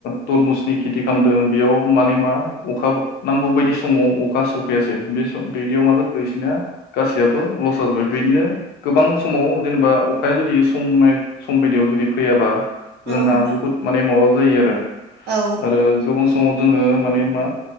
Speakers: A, on the left (about 75°); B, on the right (about 80°).
A: तरमुसनि खि खेथि खामदों बेयाव माने मा अखा नांगौ बायदि समाव अखा सफैयासै बे सम बिदियाव मा जाखो इसोनिया गासैयाबो लस जाजोब्बाय बिदिनो गोबां समाव जेनेबा अखाया जुदि सम सम बायदियाव जुदि फैयाबा जोंहा
B: औ नोंथां
A: बुहुद माने माबा होयो आरो आरो
B: औ
A: गोबां स समाव जोंङो माने मा